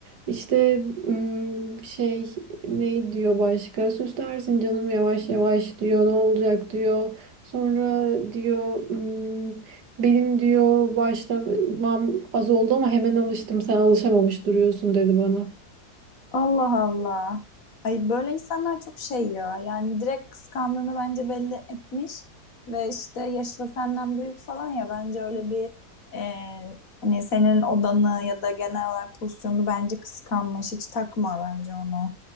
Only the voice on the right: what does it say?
İşte ım, şey ne diyor başka süslersin canım yavaş yavaş diyor ne olacak diyor. Sonra diyor ım, benim diyor başlamam az oldu ama hemen alıştım sen alışamamış duruyorsun dedi bana.